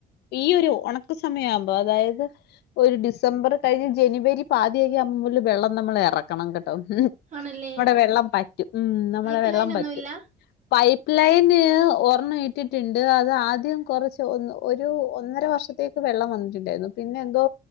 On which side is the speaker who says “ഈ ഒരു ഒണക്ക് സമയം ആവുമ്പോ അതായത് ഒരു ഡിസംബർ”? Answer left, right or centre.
Left